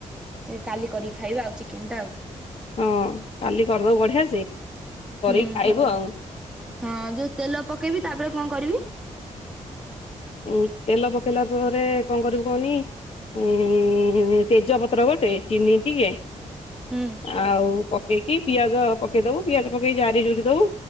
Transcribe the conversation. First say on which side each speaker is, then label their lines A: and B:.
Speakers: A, in the centre; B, on the left (about 50°).
A: ଏ କାଲି କରିକି ଖାଇବା ଆଉ ଚିକେନ ଟା ଆଉ।
B: ହଁ କାଲି କରିଦବୁ ବଢିଆ ସେ କରିକି
A: ହୁଁ
B: ଖାଇବୁ ଆଉ।
A: ହଁ ଯୋଉ ତେଲ ପକେଇବି ତାପରେ କଣ କରିବି?
B: ଉଁ ତେଲ ପକେଇଲା ପରେ କଣ କରିବୁ କହନି ଉଁ ତେଜପତ୍ର ଗୋଟେ ଚିନି ଟିକେ
A: ହୁଁ
B: ଆଉ ପକେଇକି ପିଆଜ ପକେଇ ଦବୁ ପିଆଜ ପକେଇକି ଜାରି ଜୁରି ଦବୁ।